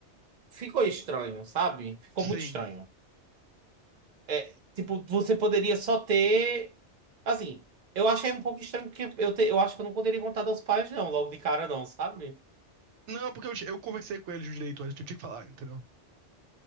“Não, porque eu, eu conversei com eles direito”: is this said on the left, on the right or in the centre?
Right